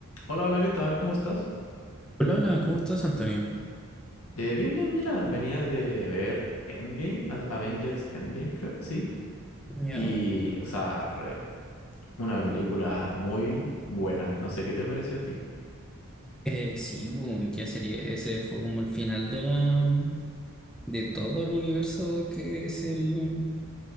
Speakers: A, on the left; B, in the centre.
A: Hola, hola, ¿qué tal? ¿Cómo estás?
B: Hola, hola, ¿cómo estás, Antonio?
A: Eh, bien, bien, mira, venía de ver Endgame, A- Avengers Endgame, creo, sí.
B: Ya.
A: Y, o sea, re- una película muy buena, no sé qué te pareció a ti.
B: Eh, sí, bu, ya sería. Ese fue como el final de la. de todo el universo que es el.